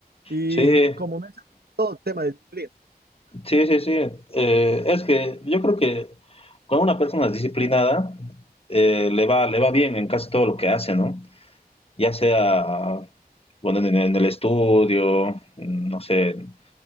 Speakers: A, on the right (about 75°); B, on the left (about 35°).
A: Y
B: Sí,
A: como mencioné, todo el tema de disciplina.
B: sí, sí, sí. Eh, es que yo creo que con una persona disciplinada eh, le, va, le va bien en casi todo lo que hace, ¿no? Ya sea, bueno, en, en el estudio, no sé, en